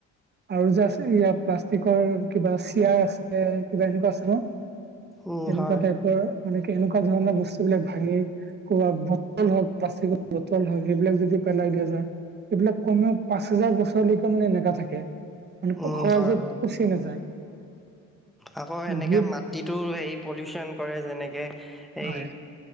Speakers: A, on the right; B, in the centre.
A: আৰু যে আছে ইয়াৰ প্লাষ্টিকৰ কিবা চিয়াৰ আছে কিবা এনেকোৱা আছে ন <inaudible>
B: উম
A: এনেকোৱা
B: হয়
A: টাইপৰ মানে কি এনেকোৱা ধৰণৰ বস্তুবিলাক ভাঙি কবা বটল হওক প্লাষ্টিকৰ বটল হয় সেইবিলাক যিটো পেলাই দিয়া যায়। এইবিলাক কমেও পাঁচ হেজাৰ বছৰলৈকে মানে এনেকা থাকে মানে
B: উম
A: সহজে
B: হয়
A: পচি
B: হয়
A: নাযায়
B: আকৌ
A: বহুত
B: সেনেকে মাটিটো হেৰি পলিউচন কৰে যেনেকে এই
A: হয়